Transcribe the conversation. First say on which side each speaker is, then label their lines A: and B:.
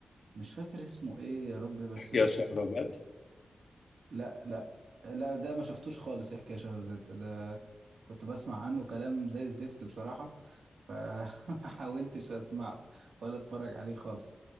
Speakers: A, on the right; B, on the left.
A: مش فاكر اسمه ايه يا ربي بس
B: احكي يا شهرزاد
A: لا لا لا ده ما شفتوش خالص يحكي يا شهرزاد ده ده كنت بسمع عنه كلام زي الزفت بصراحة فحاولتش <laughs> اسمعه ولا اتفرج عليه خالص